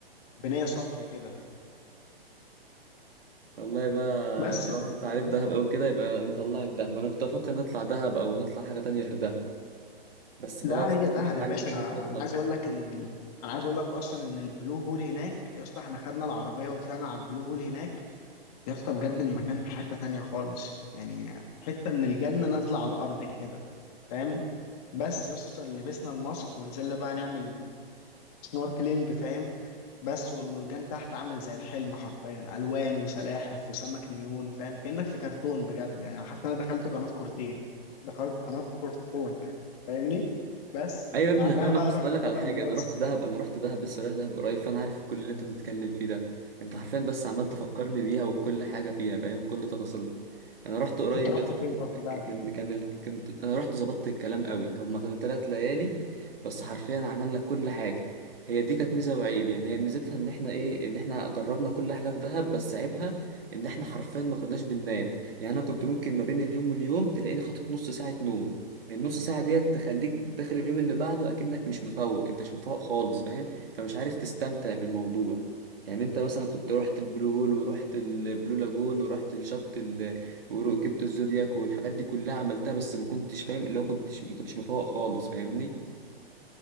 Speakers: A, on the left (about 40°); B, on the right (about 65°).
A: بنية صافية كده
B: والله بقى
A: بس
B: طالما
A: يا اسطى
B: انت عارف
A: فاهم؟
B: دهب قوي كده يبقى نطلعك دهب انا كنت افكر نطلع دهب او نطلع حاجه تانية غير دهب بس خلاص
A: لا هي
B: طالما
A: دهب
B: انت
A: يا
B: عاجبك
A: باشا
B: دهب
A: انا
B: نطلع
A: عايز اقول لك ان ال... انا عايز اقول لك اصلا ان البلو هول هناك يا اسطى احنا خدنا العربية وطلعنا على البلو هول هناك يا اسطى بجد المكان في حتة تانية خالص يعني حتة من الجنة نازلة على الارض كده فاهم بس يا اسطى لبسنا الماسك ونزلنا بقى نعمل سنوركلينج فاهم بس والمرجان تحت عامل زي الحلم حرفيا الوان وسلاحف وسمك نيون فاهم كانك في كرتون بجد يعني أنا حاسس ان انا دخلت قناه كرتين دخلت قناه كرتون فاهمني بس
B: ايوه
A: بعدها
B: يا ابني انا فاهمك
A: بقى
B: اصل
A: رحنا
B: اقول لك
A: جبل
B: على حاجه
A: مرسى
B: انا رحت دهب انا رحت دهب لسه رايح دهب قريب فانا عارف كل اللي انت بتتكلم فيه ده انت حرفيا بس عمال تفكرني بيها وبكل حاجه فيها فاهم كل تفاصيلها انا رحت قريب
A: انت رحت
B: يا اسطى
A: فين
B: كنت-
A: طب في دهب؟
B: كان كان ال- كنت انا رحت ظبطت الكلام قوي هما كانوا ثلاث ليالي بس حرفيا عملنا كل حاجه هي دي كانت ميزه وعيب يعني هي ميزتها ان احنا ايه ان احنا جربنا كل حاجه في دهب بس عيبها ان احنا حرفيا ما كناش بننام يعني انا كنت ممكن ما بين اليوم واليوم تلاقيني خاطف نص ساعه نوم النص ساعة ديت تخليك داخل اليوم اللي بعده أكنك مش مفوق أنت مش مفوق خالص فاهم فمش عارف تستمتع بالموضوع يعني أنت مثلا كنت رحت البلو هول ورحت البلو لاجون ورحت الشط ال... وركبت الزودياك والحاجات دي كلها عملتها بس ما كنتش فاهم اللي هو كنتش ما كنتش مفوق خالص فاهمني